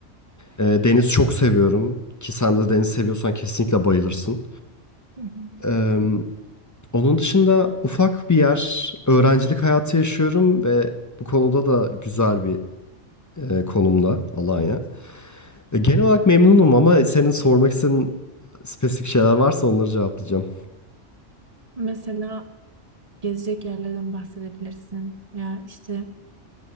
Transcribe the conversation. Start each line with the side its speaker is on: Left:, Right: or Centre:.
Left: Ee, deniz çok seviyorum ki sen de deniz seviyorsan kesinlikle bayılırsın.
Right: Hı hı.
Left: Ee, onun dışında ufak bir yer, öğrencilik hayatı yaşıyorum ve bu konuda da güzel bir e, konumda Alanya. E, genel olarak memnunum ama senin sormak istediğin spesifik şeyler varsa onları cevaplayacağım.
Right: mesela gezecek yerlerden bahsedebilirsin. Ya işte